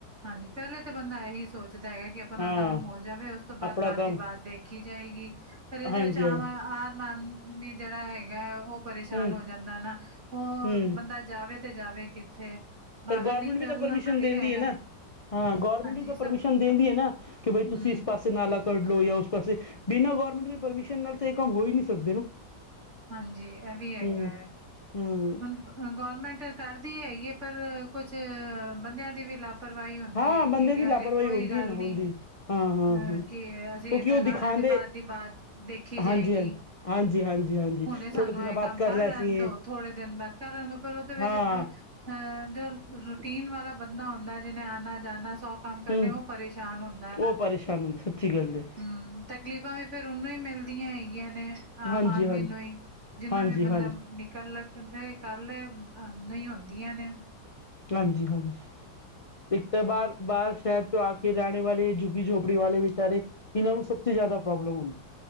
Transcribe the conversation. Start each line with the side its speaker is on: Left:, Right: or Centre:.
Right: ਹਾਂਜੀ। ਪਹਿਲੇ ਤਾਂ ਬੰਦਾ ਇਹੀ ਸੋਚਦਾ ਹੈਗਾ ਕਿ। ਆਪਣਾ
Left: ਹਾਂ
Right: ਕੰਮ ਹੋ ਜਾਵੇ। ਉਸ ਤੋਂ ਬਾਅਦ
Left: ਆਪਣਾ
Right: ਬਾਦ
Left: ਕੰਮ
Right: ਦੀ ਬਾਤ ਦੇਖੀ ਜਾਏਗੀ। ਫਿਰ ਇਹਦੇ
Left: ਹਾਂਜੀ
Right: ਵਿੱਚ ਆਮ
Left: ਹਾਂਜੀ
Right: ਆਦਮੀ। ਵੀ ਜਿਹੜਾ ਹੈਗਾ ਉਹ ਪਰੇਸ਼ਾਨ
Left: ਹੂੰ
Right: ਹੋ ਜਾਂਦਾ ਨਾ। ਉਹ
Left: ਹੂੰ
Right: ਬੰਦਾ ਜਾਵੇ ਜਾਵੇ ਕਿੱਥੇ? ਬਾਹਰ
Left: ਪਰ ਗੌਰਮੈਂਟ
Right: ਨਿਕਲਣਾ
Left: ਵੀ ਤਾਂ ਪਰਮਿਸ਼ਨ
Right: ਵੀ
Left: ਦਿੰਦੀ
Right: ਹੈਗਾ
Left: ਹੈ ਨਾ, ਹਾਂ ਗੌਰਮੈਂਟ
Right: ਹਾਂਜੀ
Left: ਵੀ ਤਾਂ ਪਰਮਿਸ਼ਨ
Right: ਸਭ
Left: ਦਿੰਦੀ ਹੈ ਨਾ, ਕਿ ਬਈ
Right: ਹਮ
Left: ਤੁਸੀਂ ਇਸ ਪਾਸੇ ਪਾ ਨਾਲਾ ਕੱਢ ਲੋ, ਜਾਂ ਉਸ ਪਾਸੇ ਬਿਨਾਂ ਗੌਰਰਮੈਂਟ ਦੇ ਪਰਮਿਸ਼ਨ ਨਾਲ ਇਹ ਕੰਮ ਹੋ ਹੀ ਨਹੀਂ ਸਕਦੇ ਨਾ।
Right: ਹਾਂਜੀ ਇਹ ਵੀ ਹੈਗਾ,
Left: ਹੂੰ ਹੂੰ
Right: ਹੁਣ ਗੌਰਮੈਂਟ ਕਰਦੀ ਹੈਗੀ ਐ, ਪਰ ਕੁਛ ਬੰਦਿਆਂ ਦੀ ਵੀ ਲਾਭ ਲਾਪਰਵਾਹੀ ਹੁੰਦੀ
Left: ਹਾਂ
Right: ਹੈਗੀ
Left: ਬੰਦੇ ਦੀ
Right: ਹੈ,
Left: ਲਾਪਰਵਾਹੀ
Right: ਅਰੇ ਕੋਈ
Left: ਹੁੰਦੀ
Right: ਗੱਲ
Left: ਹੈ ਨਾ ਹੁੰਦੀ
Right: ਨੀ
Left: ਹਾਂ ਹਾਂ
Right: ਅਮ
Left: ਹਾਂ
Right: ਕਿ ਅਸੀਂ
Left: ਕਿਉਂਕਿ
Right: ਏਦਾਂ
Left: ਉਹ
Right: ਕਰ
Left: ਦਿਖਾਂਦੇ
Right: ਲੈਂਦੇ ਬਾਅਦ ਦੀ ਬਾਤ ਦੇਖੀ
Left: ਹਾਂਜੀ
Right: ਜਾਏਗੀ।
Left: ਹਾਂਜੀ ਹਾਂਜੀ ਹਾਂਜੀ ਹਾਂਜੀ
Right: ਹੁਣੇ ਸਾਨੂੰ
Left: ਥੋੜੇ ਦਿਨਾਂ
Right: ਇਹ
Left: ਬਾਅਦ
Right: ਕੰਮ ਕਰ
Left: ਲੈ
Right: ਲੈਣ
Left: ਸੀ
Right: ਦੋ ਥੋੜੇ ਦਿਨ ਬਾਅਦ ਕਰ ਲੈਣ ਦ ਪਰ ਉਹਦੇ ਵਿੱਚ
Left: ਹਾਂ
Right: ਅਹ ਜੋ ਰੂਟੀਨ ਵਾਲਾ ਬੰਦਾ ਹੁੰਦਾ, ਜਿਹਨੇ ਆਉਣਾ ਜਾਣਾ ਸੌਖ ਕੰਮ ਕਰਨੇ
Left: ਹੂੰ
Right: ਉਹ ਪਰੇਸ਼ਾਨ ਹੁੰਦਾ ਹਨਾ
Left: ਉਹ ਪਰੇਸ਼ਾਨ ਹੁੰਦਾ ਸੱਚੀ ਗੱਲ ਹੈ
Right: ਹੂੰ, ਤਕਲੀਫ਼ਾਂ ਵੀ ਫੇਰ ਉਹਨੂੰ ਹੀ ਮਿਲਦੀਆਂ ਹੈਗੀਆਂ ਨੇ, ਆਮ
Left: ਹਾਂਜੀ
Right: ਆਦਮੀ
Left: ਹਾਂਜੀ
Right: ਨੂੰ ਹੀ ਜਿੰਨਾ
Left: ਹਾਂਜੀ
Right: ਵੀ ਬੰਦਾ
Left: ਹਾਂਜੀ
Right: ਨਿਕਲ ਕੱਲ ਨਹੀਂ ਹੁੰਦੀਆਂ ਨੇ,
Left: ਹਾਂਜੀ-ਹਾਂਜੀ। ਇੱਕ ਤਾਂ ਬਾਹਰ-ਬਾਹਰ ਸ਼ਹਿਰ ਚੋਂ ਆ ਕੇ ਰਹਿਣੇ ਵਾਲੇ ਝੁਗੀ ਝੋਪੜੀ ਵਾਲੇ ਵਿਚਾਰੇ ਇਹਨਾਂ ਨੂੰ ਸਭ ਤੋਂ ਜ਼ਿਆਦਾ ਪ੍ਰੋਬਲਮ ਹੁੰਦਾ ਹੈ।